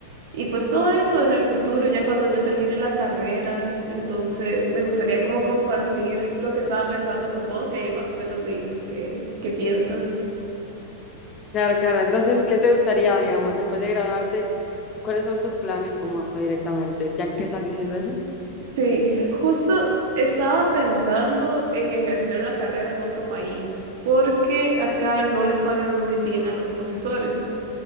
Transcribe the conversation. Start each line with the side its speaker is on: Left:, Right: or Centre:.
Right: y pues todo eso en el futuro, ya cuando ya termine la carrera. Entonces me gustaría como compartir lo que estaba pensando con vos y ahí más o menos me dices qué, qué piensas.
Left: Claro, claro. Entonces, ¿qué te gustaría, digamos, después de graduarte, cuáles son tus planes como directamente, ya que estás diciendo eso?
Right: Sí, justo estaba pensando en ejercer la carrera en otro país, porque acá no le pagan muy bien a los profesores.